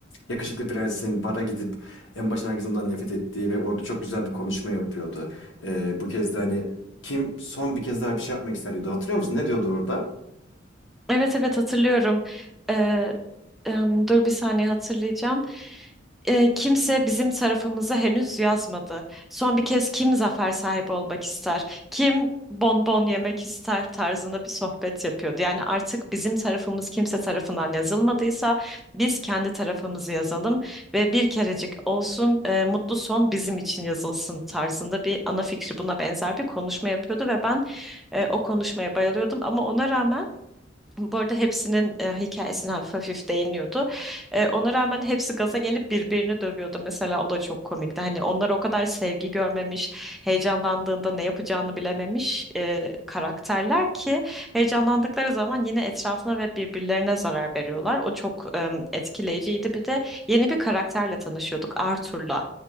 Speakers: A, on the left (about 70°); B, in the centre.
A: Yakışıklı Prens'in bara gidip en başına herkes ondan nefret ettiği ve orada çok güzel bir konuşma yapıyordu. E, bu kez de hani kim son bir kez daha bir şey yapmak ister diyordu. Hatırlıyor musun? Ne diyordu orada?
B: Evet evet hatırlıyorum. Ee, em, dur bir saniye hatırlayacağım. Ee, kimse bizim tarafımıza henüz yazmadı. Son bir kez kim zafer sahibi olmak ister? Kim bonbon yemek ister tarzında bir sohbet yapıyordu. Yani artık bizim tarafımız kimse tarafından yazılmadıysa biz kendi tarafımızı yazalım ve bir kerecik olsun e, mutlu son bizim için yazılsın tarzında bir ana fikri buna benzer bir konuşma yapıyordu ve ben e, o konuşmaya bayılıyordum ama ona rağmen bu arada hepsinin e, hikayesine hafif hafif değiniyordu. E, ona rağmen hepsi gaza gelip birbirini dövüyordu. Mesela o da çok komikti. Hani onlar o kadar sevgi görmemiş, heyecanlandığında ne yapacağını bilememiş e, karakterler ki heyecanlandıkları zaman yine etrafına ve birbirlerine zarar veriyorlar. O çok e, etkileyiciydi. Bir de yeni bir karakterle tanışıyorduk, Arthur'la.